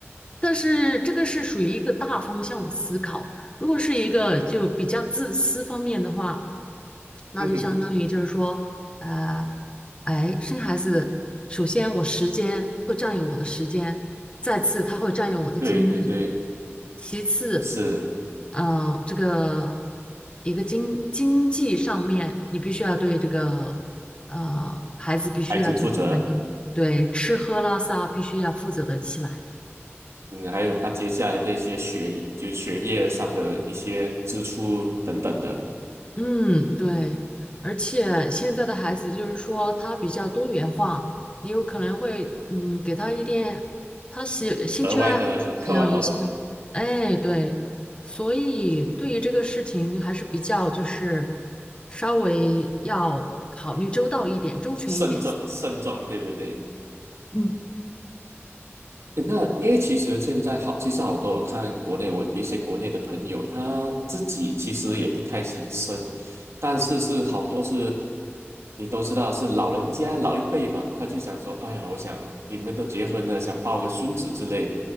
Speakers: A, on the left; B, on the right.
A: 但是这个是属于一个大方向的思考。如果是一个就比较自私方面的话，那就相当于就是说，
B: 嗯哼，
A: 呃，哎，生孩子，首先我时间会占有我的时间，再次它会占用我的精力，
B: 对对对，
A: 其次，
B: 是
A: 呃，这个一个经经济上面，你必须要对这个呃孩子必须要就是能够对吃喝拉撒必须要负责得起来。
B: 孩子负责。嗯，还有他接下来的一些学，就学业上的一些支出等等的
A: 嗯，对，而且现在的孩子就是说他比较多元化，你有可能会嗯给他一点他喜兴趣爱好去培养一下，
B: 额外的课外活动，
A: 哎，对，所以对于这个事情还是比较就是稍微要考虑周到一点、周全一点。
B: 慎重慎重，对不对？
A: 嗯
B: 诶那因为其实现在好，其实好多我看国内我一些国内的朋友，他自己其实也不太想生，但是是好多是，你都知道是老人家老一辈嘛，他就想说，哎呀，我想你们都结婚了，想抱个孙子之类，